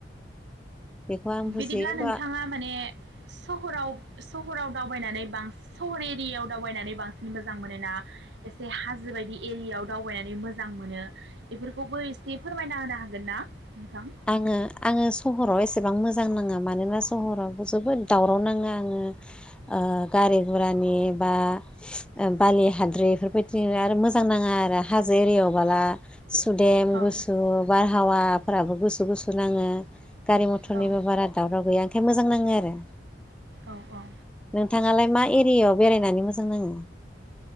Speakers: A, in the centre; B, on the right.
A: बेखौ आं
B: बिदिब्ला
A: बुजियो खिन्थु
B: नोंथाङा माने सहराव-सहराव दावबायनानै बांस सहर एरियायाव दावबायनानै बांसिन मोजां मोनो ना एसे हाजो बायदि एरियायाव दावबायनानै मोजां मोनो बेफोरखौबो एसे फोरमायना होनो हागोन ना? नोंथां?
A: आङो-आङो सहराव एसेबां मोज मोजां नाङा मानोना सहराव जोबोद दावराव नाङो आङो ओ गारि घुरानि बा बालि हाद्रि बेफोरबायदि आरो मोजां नाङा आरो हाजो एरियायाव बाला सुदेम
B: औ
A: गुसु बारहावा फोराबो गुस गुसु नाङो। गारि मथरनिबो
B: औ
A: बारा दावराव गैया ओंखाय मोज जां नांङो आरो
B: औ-औ
A: नोंथाङालाय मा एरियायाव बेरायनानै मोजां नाङो?